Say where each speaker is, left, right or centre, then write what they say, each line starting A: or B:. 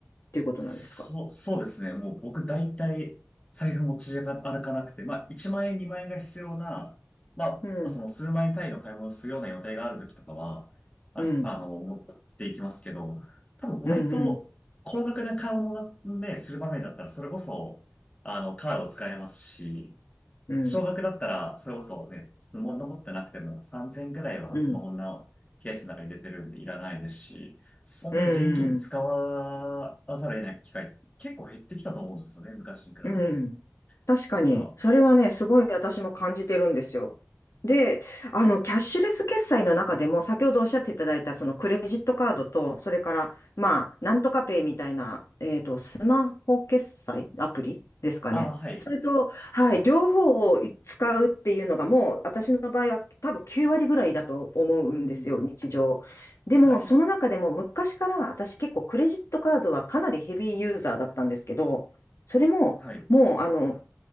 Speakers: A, on the left; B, on the left.
A: ていうことなんですか
B: そう、そうですね。もう僕大体財布持ち歩かなくて、まあ1万円、2万円が必要な、まあその数万円単位の買い物をするような予定がある時とかは、
A: うん。
B: あ、
A: うん。
B: あの、持っていきますけど、多分割と高額な買い物なんで、
A: うん。うん。
B: する場面だったらそれこそ、あの、カードを使えますし、
A: うん。
B: 少額だったら、それこそね、物持ってなくても3000ぐらいはスマホのケースの中に入れてるんでいらないですし、
A: うん。
B: そんなに現金使わざるを得ない機会結構減ってきたと思うんですよね、
A: うん。
B: 昔に比べて。
A: うん。確かに、
B: あ、
A: それはね、すごい私も感じてるんですよ。で、あの、キャッシュレス決済の中でも、先ほどおっしゃっていただいた、そのクレジットカードと、それから、まあ、なんとかペイみたいな、えっと、スマホ決済アプリですかね。
B: あ、はい。
A: それと、はい、両方を使うっていうのが、もう、私の場合は多分9割ぐらいだと思うんですよ、
B: うん、
A: 日常。でも、
B: はい。
A: その中でも、昔から私結構クレジットカードはかなりヘビーユーザーだったんですけど、それも、
B: はい。
A: もう、あの、